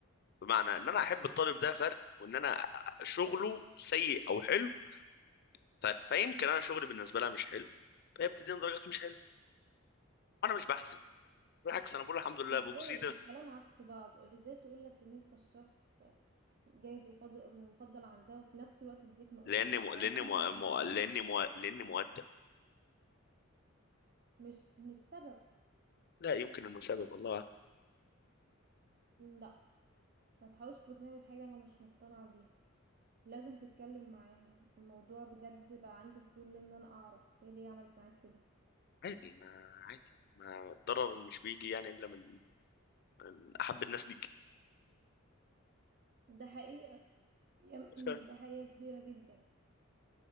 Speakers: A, on the left (about 50°); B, on the right (about 45°).
A: بمعنى ان انا احب الطالب ده فرق وان انا شغله سيء او حلو فرق فيمكن انا شغلي بالنسبه لها مش حلو فهي بتديني درجات مش حلوه انا مش بحزن بالعكس انا بقول الحمد لله
B: ازاي
A: ببوس ايدي
B: الكلام عكس بعضه ازاي تقولك ان انت الشخص جيد وفاضل- ومفضل عندها وفي نفس الوقت تديك مقبول
A: لاني
B: بصراحة
A: مو... لاني
B: انا
A: مو...
B: مش
A: مو...
B: مقتنعة
A: لاني مو... لاني مؤدب
B: مش مش سبب
A: لا يمكن انه سبب الله أعلم.
B: لا ما تحاولش تقنعني بحاجة انا مش مقتنعة بيها لازم تتكلم معاها الموضوع بجد بقى عندي فضول ان انا اعرف هي ليه عملت معاك كده
A: عادي ما عادي ما الضرر مش بيجي يعني الا من من احب الناس ليك
B: ده حقيقة يا- أمم،
A: فاهم؟
B: دي حقيقة كبيرة جدا